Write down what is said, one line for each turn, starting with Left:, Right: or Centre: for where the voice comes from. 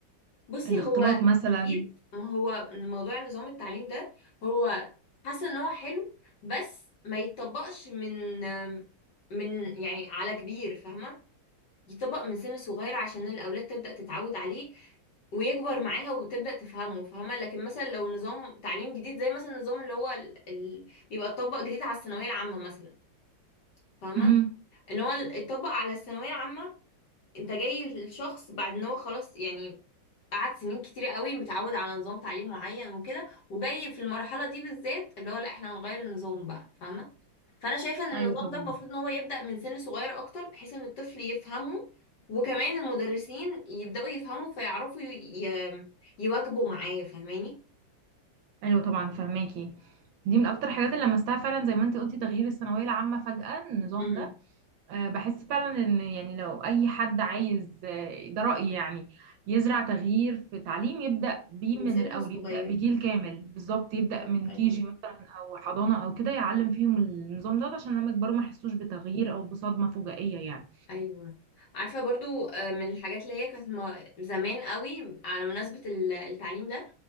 Left: بصي
Right: الاختلاط
Left: هو
Right: مثلا
Left: جديد ما هو موضوع نظام التعليم ده هو حاسه ان هو حلو بس ما يتطبقش من من يعني على كبير فاهمه يتطبق من سن صغير عشان الاولاد تبدا تتعود عليه ويكبر معاها وتبدأ تفهمه فاهمة لكن مثلا لو نظام تعليم جديد زي مثلا النظام اللي هو ال... ال... بيبقى اتطبق جديد على الثانوية العامة مثلا فاهمة
Right: امم
Left: ان هو اتطبق على الثانوية العامة انت جاي الشخص بعد ان هو خلاص يعني قعدت سنين كتير قوي متعود على نظام تعليم معين وكده وجاي في المرحلة دي بالذات اللي هو لا احنا هنغير النظام بقى فاهمة فانا شايفة ان النظام
Right: ايوه طبعا
Left: ده المفروض ان هو يبدأ من سن صغير اكتر بحيث ان الطفل يفهمه وكمان المدرسين يبدأوا يفهموا فيعرفوا ي... ي... يواكبوا معاه فاهماني
Right: ايوه طبعا فهماكي دي من اكتر الحاجات اللي لمستها فعلا زي ما انت قلتي تغيير الثانوية العامة فجأة النظام
Left: امم
Right: ده آه، بحس فعلا ان يعني لو اي حد عايز آه، ده رأيي يعني يزرع تغيير في تعليم يبدأ بيه
Left: من
Right: من
Left: سن
Right: الاول
Left: صغير
Right: يبدأ بجيل كامل بالظبط يبدأ
Left: بالظبط
Right: من
Left: ايوه
Right: كيجي مثلا او حضانة او كده يعلم فيهم النظام ده عشان لما يكبروا ما يحسوش بتغيير او بصدمة فجائية يعني
Left: ايوه عارفة برضو آه، من الحاجات اللي هي كانت م- زمان قوي على مناسبة ال- التعليم ده